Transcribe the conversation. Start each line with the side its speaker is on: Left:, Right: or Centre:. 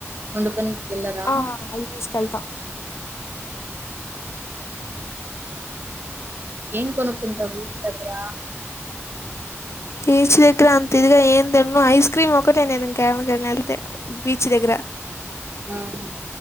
Right: వండుకొని వెళ్ళరా
Left: ఆ ఆది తీసుకెళ్తా
Right: ఏం కొనుకుంటవు బిచ్ దగ్గరా
Left: బీచ్ దగ్గర అంత ఇదిగ ఏం తిన్ను ఐస్ క్రీమ్ ఒకటే నేను ఇంకా తినధి వెళ్ళితే బీచ్ దగ్గర
Right: హ్మ్